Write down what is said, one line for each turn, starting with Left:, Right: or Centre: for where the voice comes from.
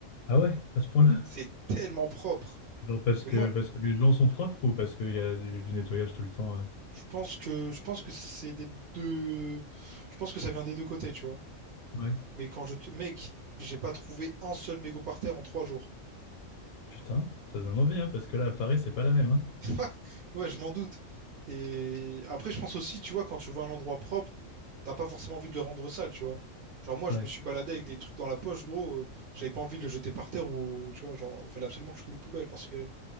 Left: Ah ouais, à ce point-là?
Right: C'est tellement propre.
Left: Genre parce
Right: Et
Left: que
Right: moi,
Left: parce que les gens sont propres ou parce qu'il y a du, du nettoyage tout le temps? euh
Right: je pense que, je pense que c'est des deux, je pense que ça vient des deux côtés, tu vois.
Left: Ouais.
Right: Mais quand je, te- mec, j'ai pas trouvé un seul mégot par terre en trois jours.
Left: Putain, ça donne envie, hein, parce que là à Paris c'est pas la même, hein.
Right: <laughs> Ouais, ouais, je m'en doute. Et après, je pense aussi, tu vois, quand tu vois un endroit propre, t'as pas forcément envie de le rendre sale, tu vois. Genre, moi, je
Left: Ouais,
Right: me suis baladé avec des trucs dans la poche, gros. euh, j'avais pas envie de le jeter par terre ou, tu vois, genre, fallait absolument que je trouve une poubelle parce que